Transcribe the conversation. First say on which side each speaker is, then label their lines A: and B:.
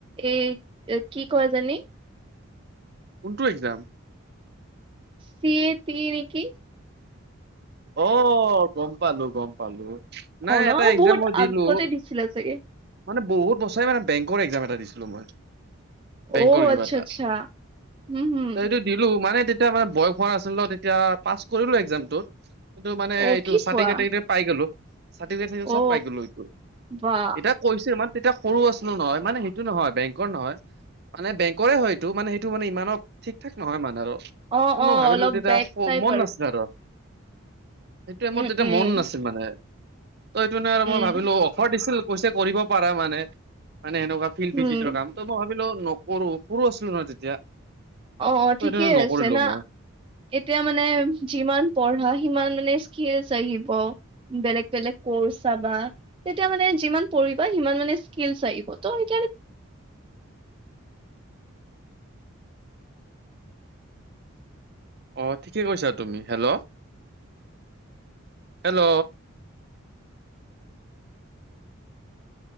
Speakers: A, on the right (about 25°); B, on the right (about 50°).
A: এই কি কয় এইজনি
B: কোনটো একজাম?
A: চি এ পি নেকি?
B: অ, গম পালো গম পালো। নাই
A: অ ন
B: এটা একজাম
A: বহুত
B: মই দিলো।
A: আগতে দিছিলা চাগে
B: মানে বহুত বছৰে মানে বেংকৰ একজাম এটা দিছিলো মই। বেংকৰ
A: অ
B: কিবা
A: আচ্ছা
B: এটা,
A: আচ্ছা উম হম
B: এইটো দিলো, মানে তেতিয়া মানে বয়স হোৱা নাছিলে ন, তেতিয়া পাছ কৰিলো একজামটোত। কিন্তু মানে
A: অ
B: এইটো
A: কি
B: চাৰ্টিফিকেটো
A: কোৱা
B: পাই গ'লো চাৰ্টিফিকেট চব
A: অ
B: পাই গলো এইটো,
A: বা
B: এতিয়া কৰিছিলো মান তেতিয়া সৰু আছিলো নহয়, মানে সেইটো নহয় বেংকৰ নহয়। বেংকৰে হয় মানে সেইটো ইমানো ঠিক থাক নহয় মানে আৰু
A: অ অ
B: মই ভাবিলো
A: অলপ
B: তেতিয়া
A: বেক টাইপ
B: মন নাছিল আৰু। সেইটোৱে মোৰ
A: উম
B: তেতিয়া
A: উম
B: মন নাছিল মানে ত সেইটো মানে
A: উম
B: মই ভাবিলো ফৰ দিছিল কৈছে কৰিব পাৰা মানে মানে সেনেকুৱা ফিল্ড
A: উম
B: ভিজিটৰ কাম। ত মই ভাবিলো নকৰো সৰু আছিলো ন তেতিয়া।
A: অ অ
B: ত
A: ঠিকে
B: সেইটো নকৰিলো
A: আছে না।
B: মই
A: এতিয়া মানে যিমান পঢ়া সিমান মানে স্কিলচ আহিব। বেলেগ বেলেগ ক'ৰ্চ চাবা। তেতিয়া মানে যিমান পঢ়িবা সিমান মানে স্কিল আহিব ত সেইকাৰণে।
B: অ ঠিকে কৈছা তুমি। Hello hello!